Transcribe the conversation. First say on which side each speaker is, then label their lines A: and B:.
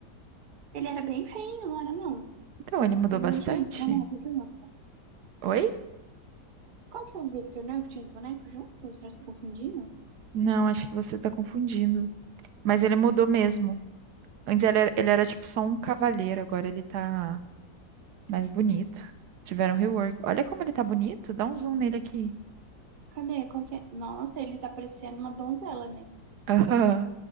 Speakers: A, on the right; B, on the right.
A: Ele era bem feinho, não era não?
B: Então, ele mudou
A: Ele
B: bastante.
A: não tinha uns bonecos junto?
B: Oi?
A: Qual que é o Victor, né? Que tinha os bonecos junto? Será que você tá confundindo?
B: Não, acho que você tá confundindo. Mas ele mudou mesmo. Antes ele era, ele era tipo só um cavaleiro, agora ele tá mais bonito. Tiveram rework. Olha como ele tá bonito. Dá um zoom nele aqui.
A: Cadê? Qual que é? Nossa, ele tá parecendo uma donzela, né?
B: Aham.